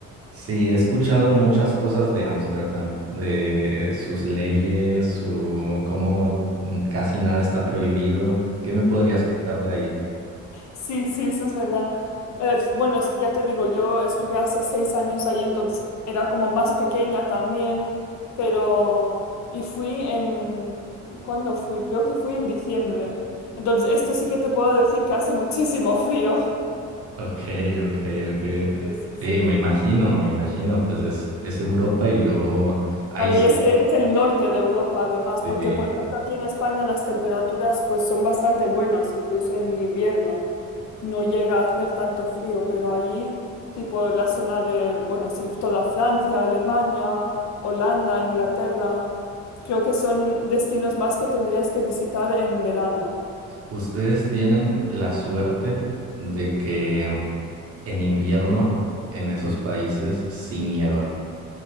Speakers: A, on the right (about 50°); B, on the left (about 65°).
A: Sí, he escuchado muchas cosas de Ámsterdam, de sus leyes, su cómo mm, casi nada está prohibido. ¿Qué me podrías contar de ahí?
B: Sí, sí, eso es verdad. Eh, bueno, es que ya te digo, yo estuve hace seis años ahí, entonces era como más pequeña también, pero... Y fui en... ¿Cuándo fui? Creo que fui en diciembre. Entonces, esto sí que te puedo decir que hace muchísimo frío. <laughs>
A: Ok, ok, ok.
B: Sí, sí, sí.
A: Sí, me imagino, me imagino, pues es, es Europa y luego ahí
B: Claro,
A: sí.
B: y es, es el norte de Europa además,
A: eh,
B: porque por ejemplo aquí en España las temperaturas pues son bastante buenas, incluso en invierno no llega a hacer tanto frío, pero allí tipo la zona de, bueno, sí, toda Francia, Alemania, Holanda, Inglaterra, creo que son destinos más que tendrías que visitar en verano.
A: Ustedes tienen la suerte de que en invierno en esos países sí nieva.